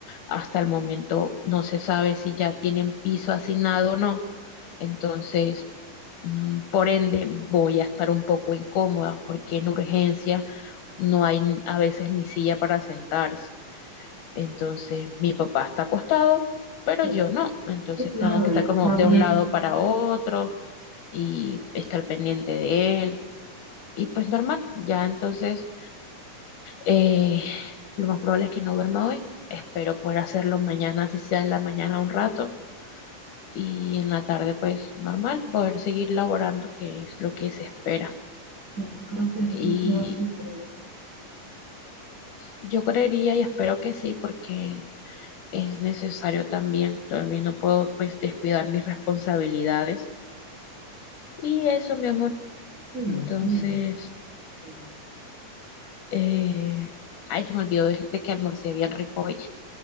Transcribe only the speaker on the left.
Hasta el momento no se sabe si ya tienen piso asignado o no. Entonces, mm, por ende, voy a estar un poco incómoda porque en urgencia no hay n- a veces ni silla para sentarse. Entonces, mi papá está acostado, pero
yo no. Entonces,
tengo que
estar
como de
un lado para otro y estar pendiente de él. Y pues normal, ya entonces eh, lo más probable es que no duerma hoy. Espero poder hacerlo mañana, si sea en la mañana un rato. Y en la tarde, pues normal, poder seguir laborando, que es lo que se espera.
Y
yo creería y espero que sí, porque es necesario también. También no puedo, pues, descuidar mis responsabilidades. Y eso, mi amor.
Entonces,
eh... ay, se me olvidó decirte que almorcé bien rico hoy.